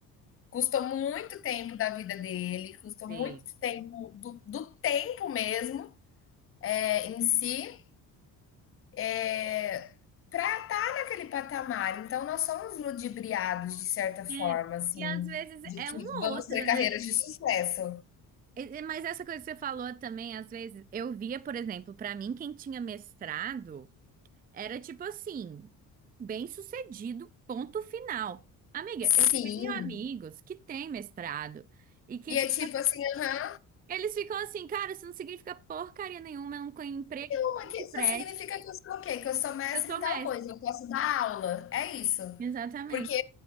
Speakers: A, on the left (about 35°); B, on the right (about 25°).
A: Custou muito tempo da vida dele, custou
B: sei.
A: muito tempo do, do tempo mesmo é, em si é, para estar naquele patamar. Então, nós somos ludibriados de certa forma,
B: É,
A: assim,
B: e às vezes
A: de
B: é
A: que
B: um
A: vamos
B: ou outro,
A: ter carreiras
B: né?
A: de sucesso.
B: E- e- Mas essa coisa que você falou também, às vezes, eu via, por exemplo, pra mim, quem tinha mestrado. Era tipo assim, bem sucedido, ponto final. Amiga,
A: Sim.
B: eu tenho amigos que têm mestrado e que,
A: E
B: tipo,
A: é tipo assim, aham,
B: eles ficam assim, cara, isso não significa porcaria nenhuma, eu não tenho emprego
A: Uma que
B: que preste.
A: só significa que eu sou o quê? Que eu sou mestre
B: Eu sou
A: em tal
B: mestre.
A: coisa, eu posso dar aula. É isso.
B: Exatamente.
A: Porque